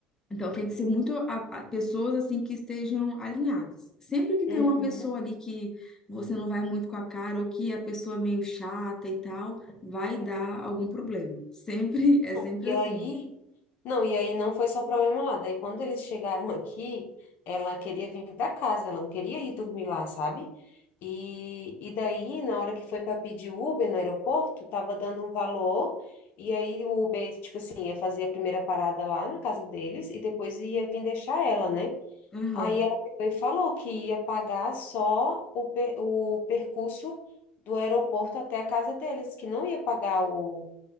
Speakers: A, on the left; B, on the left.
A: então, tem que ser muito a, a- pessoas assim que estejam alinhadas. Sempre que tem
B: Uhum.
A: uma pessoa ali que você não vai muito com a cara ou que a pessoa é meio chata e tal, vai
B: É.
A: dar algum problema. Sempre, <laughs> é
B: Não,
A: sempre
B: E
A: assim.
B: aí, não, e aí não foi só problema lá. Daí quando eles chegaram aqui, ela queria vir para casa, ela não queria ir dormir lá, sabe? E, e daí, na hora que foi para pedir Uber no aeroporto, tava dando um valor, e aí o Uber, tipo assim, ia fazer a primeira parada lá na casa deles e depois ia vir deixar ela, né?
A: Aham.
B: Aí ela pegou e falou que ia pagar só o, per- o percurso do aeroporto até a casa deles, que não ia pagar o,